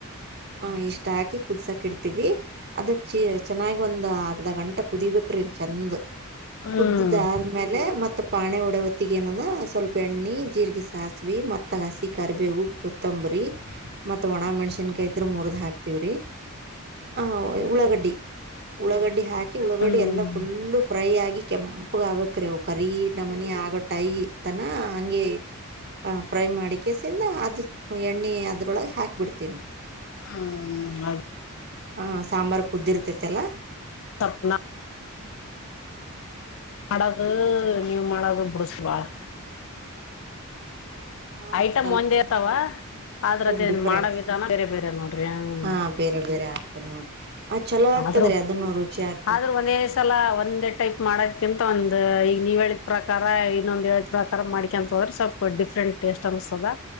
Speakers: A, on the right; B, on the left.
A: ಹ ಇಷ್ಟ ಹಾಕಿ ಕುದಸಾಕ್ ಇಡ್ತೀವಿ ಅದು ಚಿ ಚೆನ್ನಾಗಿ ಒಂದ್ ಅರ್ಧ ಗಂಟೆ ಕುದಿಬೇಕ. ರಿ ಚಂದ
B: ಹ್ಮ್
A: ಕುದ್ದುದಾದ್ಮೇಲೆ ಮತ್ತ ಮತ್ತ ಪಾಣೆ ಒಡೆ ಹೊತ್ತಿಗೆ ಏನದ ಸ್ವಲ್ಪ ಎಣ್ಣಿ ಜೀರಿಗೆ ಸಾಸ್ವಿ ಮತ್ತ ಹಸಿ ಕರಿಬೇವೂ ಕೋತಂ ಬರಿ ಮತ್ತ ಒಣ ಮೆಣಸನ್ಕಾಯಿ ಇದ್ರ ಮೂರ್ದ ಹಾಕ್ತಿವ್ರಿ ಆ ಉಳ್ಳಾಗಡ್ಡಿ. ಉಳ್ಳಾಗಡ್ಡಿ ಹಾಕಿ ಉಳ್ಳಗಡ್ಡೆ
B: ಹ್ಮ್
A: ಎಲ್ಲಾ ಫುಲ್ಲು ಫ್ರೈ ಆಗಿ ಕೆಂಪಗ ಆಗ್ಬೇಕ್ರಿ ಅವ. ಕರಿ ನಮನಿ ಆಗೋ ಟ್ಟೈ ತನ ಹಂಗೆ ಆ ಫ್ರೈ ಮಾಡಿಕಸಿಂದ ಅದ ಎಣ್ಣೆ ಅದ್ರೊಳಗೆ ಹಾಕಿಬಿಡ್ತೇನ್ರಿ.
B: ಹ್ಮ್ ಅದ.
A: ಹ ಸಾಂಬಾರ ಕುದ್ದಿರ್ತೈತೆಲ್ಲಾ.
B: ತಪ್ಪ ನಾ. <unintelligible> ನೀವ್ ಮಾಡದು ಬಿರುಸ ಬಾಳ್.
A: ಹಾ
B: ಐಟಮ್
A: ಸ್ವಲ್ಪ
B: ಒಂದೇ ಇರ್ತಾವ. ಆದ್ರದ
A: ಸ್ವಲ್ಪ ಡಿಫ್ರೆಂಟ್
B: ಮಾಡ ವಿಧ ಬೇರೆ ಬೇರೆ ನೋಡ್ರಿ ಹ್ಮ್.
A: ಹಾ ಬೇರೆ ಬೇರೆ ಆಗ್ತದ ನೋಡ್ರಿ ಆ ಚಲೋ ಆಗ್ತದ್ರಿ
B: ಆದ್ರರು
A: ಅದನ್ನು ರುಚಿ ಆಗ್ತದ
B: ಆದ್ರೂ ಒಂದೇ ಸಲ ಒಂದೇ ಟೈಪ್ ಮಾಡೋದಕಿಂತ ಒಂದ ಈಗ. ನೀವ್ ಹೇಳಿದ್ ಪ್ರಕಾರ ಇನ್ನೊಂದ್ ಹೇಳಿದ್ ಪ್ರಕಾರ ಮಾಡಿಕೆಂತ ಹೋದ್ರ ಸ್ವಲ್ಪ ಡಿಫ್ರೆಂಟ್ ಟೇಸ್ಟ್ ಅನ್ಸ್ತದ.